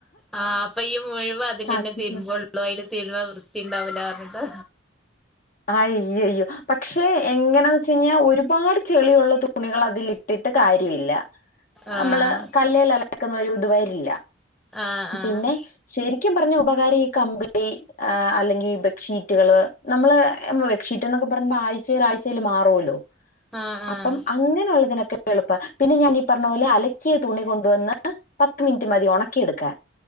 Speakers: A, in the centre; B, on the left.
A: ആഹ് അപ്പൊ ഈ മുയുവാതിലന്നെ
B: സത്യം.
A: തരുമ്പോള്ളൂ അയില് തരുണ വൃത്തി ഇണ്ടാവൂലാർഞ്ഞിട്ട്
B: ആഹ് അയ്യോ അയ്യോ പക്ഷെ എങ്ങനാന്ന് വെച്ച് കഴിഞ്ഞാ ഒരു ഒരുപാട് ചെളിയുള്ള തുണികള അതിലിട്ടിട്ട് കാര്യമില്ല
A: ആഹ്
B: നമ്മള് കല്ലേല് അല ഇക്കുന്നൊരു ഇത് വരില്ല
A: ആഹ്
B: പിന്നെ ശരി ക്കും പറഞ്ഞ ഉപകാരം ഈ കമ്പിളി അല്ലെങ്കി ബെഡ്ഷീറ്റുകള് നമ്മള് ബെഡ്ഷീറ്റ് എന്നൊക്കെ പറുമ്പോ ആഴ്ചയിൽ ആഴ്ചയിൽ മാറുവല്ലോ
A: ആഹ്
B: അപ്പം അങ്ങനെയുള്ളതി എളുപ്പ പിന്നെ ഞാൻ ഈ പറഞ്ഞ പോലെ അലക്കിയ തുണി കൊണ്ട് കൊണ്ടുവന്ന് പത്ത് മിനിറ്റ് മതി ഒണക്കിയെടുക്കാൻ